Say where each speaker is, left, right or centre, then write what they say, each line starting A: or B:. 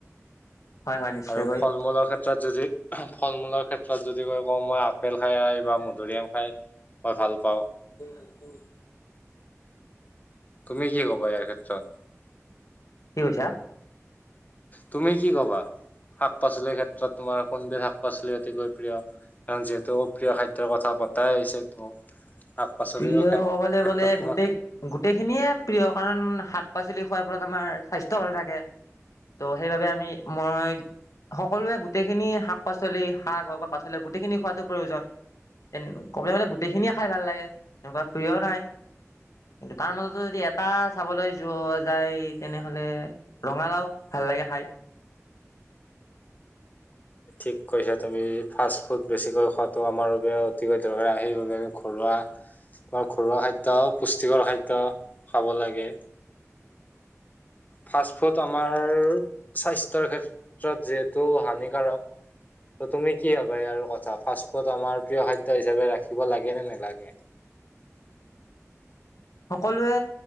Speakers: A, on the left; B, on the left.
A: হয় হয় নিশ্চয়কৈ
B: আৰু ফল মূলৰ ক্ষেত্ৰত যদি ফল মূলৰ ক্ষেত্ৰত যদি কৈ কওঁ মই আপেল খাই বা মধুৰিআম খাই মই ভাল পাওঁ
A: <unintelligible>
B: তুমি কি ক'বা ইয়াৰ ক্ষেত্ৰত?
A: কি কৈছা?
B: তুমি কি ক'বা, শাক পাচলিৰ ক্ষেত্ৰত তোমাৰ কোনবিধ শাক-পাচলি অতিকৈ প্ৰিয়? কাৰণ যিহেতু প্ৰিয় খাদ্যৰ কথা পতাই হৈছে শাক পাচলিৰ
A: প্ৰিয়
B: ক্ষেত
A: ক'বলৈ
B: ক্ষেত্ৰত
A: গ'লে,
B: তোমাৰ
A: গোটেই গোটেই খিনিয়ে প্ৰিয় কাৰণ শাক পাচলি খোৱাৰ ফলত আমাৰ স্বাস্থ্য ভালে থাকে, ত' সেইবাবে আমি মই সক সকলোৱে গোটেইখিনি শাক-পাচলি, শাক হওঁক বা পাচলি গোটেইখিনি খোৱাটো প্ৰয়োজন। ক'বলৈ গ'লে গোটেইখিনিয়ে খাই ভাল লাগে এনেকুৱা প্ৰিয় নাই। কিন্তু তাৰ মাজতেো যদি এটা চাবলৈ যোৱা যায় তেনেহ'লে, ৰঙালাও ভাল লাগে খাই
B: ঠিক কৈছা তুমি ফাষ্ট ফুড বেছিকৈ খোৱাটো আমাৰ বাবে অতিকৈ দৰকাৰ আৰু সেইবাবে আমি ঘৰুৱা তোমাৰ ঘৰুৱা খাদ্য পুষ্টিকৰ খাদ্য খাব লাগে ফাষ্ট ফুড আমাৰ স্বাস্থ্যৰ ক্ষেত্ৰত যিহেতু হানিকাৰক
A: <unintelligible>
B: ত তুমি কি ভাবা ইয়াৰ কথা ফাষ্ট ফুড আমাৰ প্ৰিয় খাদ্য হিচাপে ৰাখিব লাগে নে নালাগে
A: <unintelligible> সকলোৱে